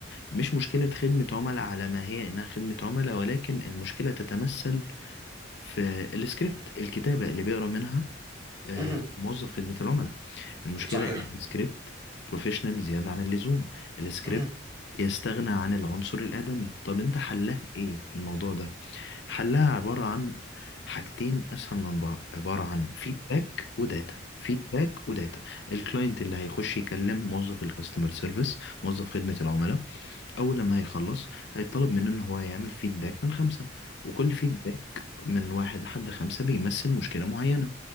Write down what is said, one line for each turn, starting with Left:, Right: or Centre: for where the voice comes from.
Left: مش مشكله خدمه عملاء على ما هي انها خدمه عملاء ولكن المشكله تتمثل في السكريبت الكتابه اللي بيقرا منها آه
Right: <laughs>
Left: موظف خدمه العملاء المشكلة
Right: صحيح
Left: إن السكريبت بروفيشنال زيادة عن اللزوم السكريبت
Right: <laughs>
Left: يستغنى عن العنصر الآدمي طب أنت حلها إيه الموضوع ده؟ حلها عبارة عن حاجتين أسهل من بعض عبارة عن فيدباك وداتا فيدباك وداتا الكلاينت اللي هيخش يكلم موظف الكاستمر سيرفيس موظف خدمة العملاء أول لما هيخلص هيطلب منه إن هو يعمل فيدباك من خمسة وكل فيدباك من واحد لحد خمسة بيمثل مشكلة معينة